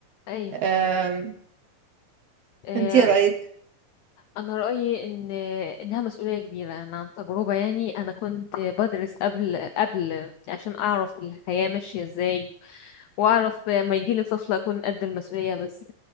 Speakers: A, on the left; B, on the right.
A: ايوه
B: أم...
A: آه،
B: انت ايه رأيك
A: انا رايي ان انها مسؤوليه كبيره انا عن تجربه يعني انا كنت بدرس قبل قبل عشان اعرف الحياه ماشيه ازاي واعرف ما يجيلي طفل اكون قد المسؤوليه بس